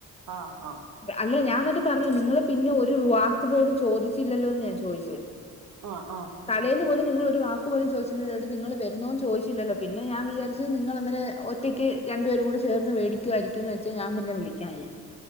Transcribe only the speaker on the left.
അല്ല ഞാൻ എന്നിട്ട് പറയും നിങ്ങള് പിന്നെ ഒരു വാക്ക് പോലും ചോദിച്ചില്ലല്ലോന്ന ഞാൻ ചോദിച്ചെ
തലേുന്നുപോലും നിങ്ങൾ ഒരു വാക്ക് പോലും ചോദിച്ചില്ലല്ലോന്നട്ട് നിങ്ങൾ വരുന്നോന്ന് ചോദിച്ചില്ലല്ലോ പിന്നെ ഞാൻ വിചാരിച്ച് നിങ്ങൾ ഇന്നലെ ഒ റ്റക്ക് രണ്ടു പേരും കൂടി ചേർന്ന് വേടിക്കുവായിരിക്കന്ന് വെച്ചാ ഞാൻ പിന്നെ വിളിക്കാഞ്ഞെ